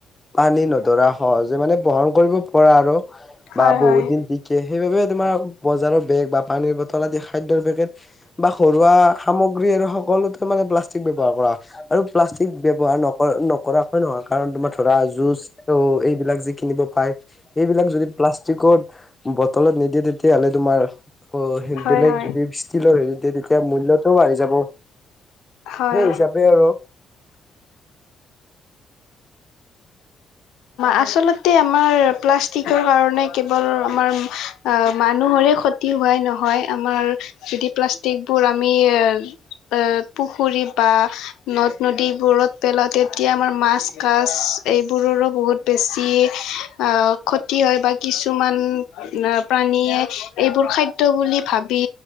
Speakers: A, on the left; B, on the left.
A: পানী নধৰা সহজে মানে বহন কৰিব পৰা আৰু -
B: হয়
A: বা বহুত
B: হয়
A: দিন টি কে, সেইবাবেই তোমাৰ বজাৰৰ বেগ বা পানীৰ বটল আদি খাদ্যৰ পেকেট - বা ঘৰুৱা সামগ্ৰী আৰু সকলোতে মানে প্লাষ্টিক ব্যৱহাৰ কৰা - আৰু প্লাষ্টিক ব্যৱহাৰ নক নকৰাকৈ নহয় কাৰণ তোমাৰ ধৰা জোছ্ - আৰু এইবিলাক যে কিনিব পায়, সেইবিলাক যদি প্লাষ্টিকত - বটলত নিদিয়ে তেতিয়াহ'লে তোমাৰ - আকৌ সেই
B: হয়
A: বেলেগ
B: হয়
A: যদি ষ্টীলৰ হেৰিত দিয়ে তেতিয়া মূল্যটো বাঢ়ি যাব।
B: হয়।
A: সেই হিচাপে আৰু
B: আচলতে আমাৰ প্লাষ্টিকৰ কাৰণে কেৱল আমাৰ - আ মানুহৰে ক্ষতি হোৱাই নহয়। আমাৰ যদি প্লাষ্টিকবোৰ আমি এ পুখুৰীত বা - নদ নদীবোৰত পেলাও তেতিয়া আমাৰ মাছ কাছ - এইবোৰৰো বহুত বেছি ক্ষতি হয় বা কিছুমান - প্ৰাণীয়ে এইবোৰ খাদ্য বুলি ভাবি